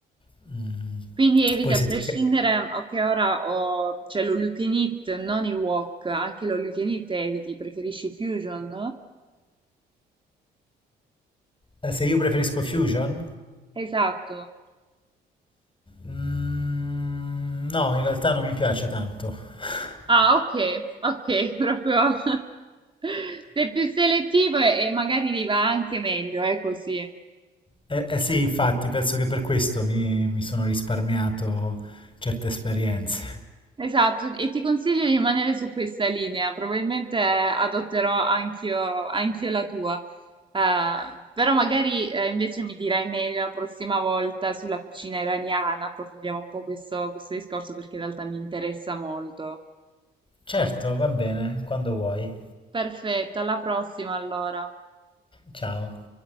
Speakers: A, on the left; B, on the right.
A: mm,
B: Quindi eviti
A: poi
B: a
A: se
B: prescindere,
A: ti...
B: ok, ora ho, c'è l'all you can eat, non i wok, anche l'all you can eat eviti, preferisci fusion?
A: eh, Se io preferisco Fusion?
B: Esatto.
A: Mm, no, in realtà non mi piace tanto. <laughs>
B: Ah, ok, ok, <laughs> proprio <laughs> sei più selettivo e, e magari li va anche meglio, è così.
A: Eh, eh sì, infatti, penso che per questo mi, mi sono risparmiato certe esperienze.
B: Esatto, e ti consiglio di rimanere su questa linea, probabilmente eh, adotterò anch'io anch'io la tua. Eh, però magari eh, invece mi dirai meglio la prossima volta sulla cucina iraniana, approfondiamo un po' questo questo discorso perché in realtà mi interessa molto.
A: Certo, va bene, quando vuoi.
B: Perfetto, alla prossima allora.
A: Ciao.